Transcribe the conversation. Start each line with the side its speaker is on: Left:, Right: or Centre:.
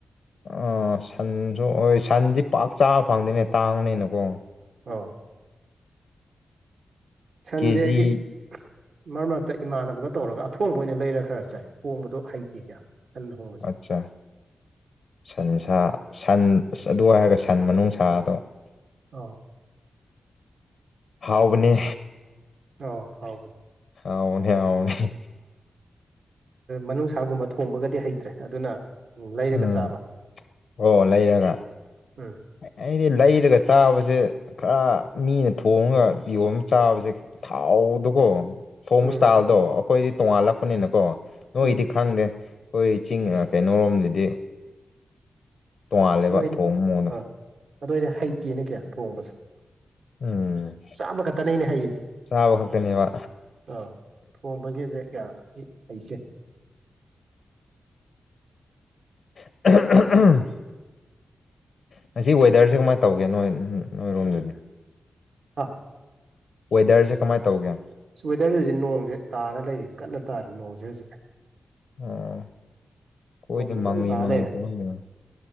Left: ꯑꯥ ꯁꯟꯁꯨ ꯍꯣꯏ ꯁꯟꯗꯤ ꯄꯥꯛ ꯆꯥꯕ ꯐꯪꯗꯦꯅꯦ ꯇꯥꯡꯅꯤꯅꯀꯣ
Right: ꯑꯥꯎ ꯁꯟꯁꯦ
Left: ꯀꯦꯖꯤ
Right: ꯑꯩꯗꯤ ꯃꯔꯛ ꯃꯔꯛꯇ ꯏꯃꯥꯟꯅꯕꯒ ꯇꯧꯔꯒ ꯑꯊꯣꯡꯕ ꯑꯣꯏꯅ ꯂꯩꯔ ꯈꯔ ꯆꯥꯏ ꯊꯣꯡꯕꯗꯣ ꯐꯩꯇꯦ ꯀꯌꯥ ꯁꯟ ꯊꯣꯡꯕꯁꯦ
Left: ꯑꯆꯥ ꯁꯟ ꯁꯟꯁꯥ ꯁꯟ ꯑꯁ ꯑꯗꯨ ꯍꯥꯏꯔꯒ ꯁꯟ ꯃꯅꯨꯡ ꯁꯥꯗꯣ
Right: ꯑꯣ
Left: ꯍꯥꯎꯕꯅꯦ
Right: ꯑꯣ ꯍꯥꯎ
Left: ꯍꯥꯎꯕꯅꯦ ꯍꯥꯎꯕꯅꯦ
Right: ꯃꯅꯨꯡꯁꯥꯒꯨꯝꯕ ꯊꯣꯡꯕꯒꯗꯤ ꯍꯩꯇ꯭ꯔꯦ ꯑꯗꯨꯅ ꯂꯩꯔꯒ
Left: ꯎꯝ
Right: ꯆꯥꯕ
Left: ꯑꯣ ꯂꯩꯔꯒ
Right: ꯎꯝ
Left: ꯑꯩꯗꯤ ꯂꯩꯔꯒ ꯆꯥꯕꯁꯦ ꯈꯔ ꯃꯤꯅ ꯊꯣꯡꯉꯒ ꯌꯣꯝ ꯆꯥꯕꯁꯦ ꯊꯥꯎꯗꯨꯀꯣ ꯍꯣꯝ
Right: ꯎꯝ
Left: ꯏꯁꯇꯥꯜꯗꯣ ꯑꯩꯈꯣꯏꯗꯤ ꯇꯣꯉꯥꯜꯂꯛꯄꯅꯤꯅꯀꯣ ꯅꯣꯏꯗꯤ
Right: ꯎꯝ
Left: ꯈꯪꯗꯦ ꯑꯩꯈꯣꯏ ꯆꯤꯡ ꯀꯩꯅꯣꯔꯣꯝꯗꯗꯤ ꯇꯣꯡꯉꯥꯜꯂꯦꯕ
Right: ꯑꯗꯨꯏꯗꯤ
Left: ꯊꯣꯡꯕ ꯃꯑꯣꯡꯗꯣ
Right: ꯑꯥ ꯑꯗꯨꯋꯥꯏꯗꯤ ꯍꯩꯇꯦꯅ ꯀꯌꯥ ꯊꯣꯡꯕꯁꯦ
Left: ꯎꯝ
Right: ꯆꯥꯕ ꯈꯛꯇꯅꯦ ꯑꯩꯅ ꯍꯩꯔꯤꯁꯦ
Left: ꯆꯥꯕ ꯈꯛꯇꯅꯦꯕ
Right: ꯑꯥ ꯊꯣꯡꯕꯒꯦꯁꯦ ꯀꯌꯥ ꯍꯩꯇꯦ
Left: <unintelligible> ꯉꯁꯤ ꯋꯦꯗꯔꯁꯦ ꯀꯃꯥꯏꯅ ꯇꯧꯒꯦ ꯅꯣꯏ ꯅꯣꯏꯔꯣꯝꯗꯨꯗꯤ
Right: ꯑꯥ
Left: ꯋꯦꯗꯔꯁꯦ ꯀꯃꯥꯏꯅ ꯇꯧꯒꯦ
Right: ꯏꯁ ꯋꯦꯗꯔꯁꯦ ꯍꯧꯖꯤꯛ ꯅꯣꯡꯁꯦ ꯇꯥꯔ ꯂꯩꯔꯤ ꯀꯟꯅ ꯇꯥꯔꯤ ꯅꯣꯡꯁꯦ ꯍꯧꯖꯤꯛ
Left: ꯑꯣ ꯀꯣꯏꯗꯤ
Right: ꯅꯣꯡꯁꯦ ꯑꯗꯨꯝ
Left: ꯃꯥꯡꯉ
Right: ꯇꯥꯔ
Left: ꯃꯥꯡꯉ
Right: ꯂꯩꯔꯦ
Left: ꯇ